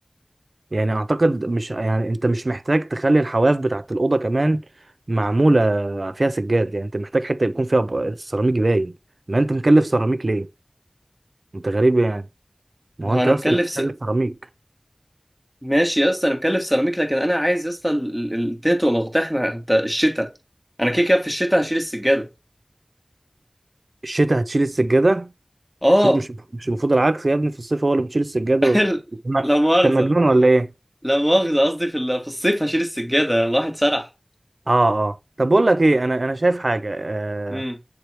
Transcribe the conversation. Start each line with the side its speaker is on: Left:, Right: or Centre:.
Right: يعني اعتقد مش يعني انت مش محتاج تخلي الحواف بتاعت الاوضه كمان معموله فيها سجاد يعني انت محتاج حته يكون فيها ب- سيراميك باين ما انت مكلف سيراميك ليه انت غريب يعني ما
Centre: ما
Right: هو
Centre: هو
Right: انت
Centre: انا
Right: اصلا
Centre: مكلف
Right: محتاج سيراميك
Centre: ماشي يا اسطى انا مكلف سيراميك لكن انا عايز يا اسطى ال- ال- الدنيا تبقى مفتوحه انت الشتاء انا كده كده في الشتاء هشيل السجاده
Right: الشتاء هتشيل السجاده
Centre: اه
Right: المفروض مش مش المفروض العكس يا ابني في الصيف هو اللي بتشيل السجاده
Centre: <laughs>
Right: و...
Centre: لا مؤاخذه
Right: انت مجنون ولا ايه
Centre: لا مؤاخذه قصدي في ال- في الصيف هشيل السجاده الواحد سرح
Right: اه اه طب بقول لك ايه انا انا شايف حاجه آه
Centre: امم